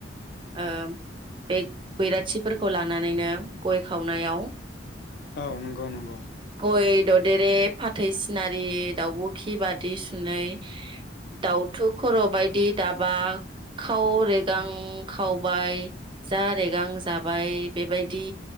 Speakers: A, on the right; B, on the left.
A: ओ बे बैरा थि फोरखौ लानानैनो गय खाव नायाव
B: औ नंगौ नंगौ
A: गय ददेरे फाथै सिनारि दाउब' खि बादिस सुनै दाउथुब खर' बायदि दाबा खाव रेगां खावबाय जा रेगां जाबाय बेबायदि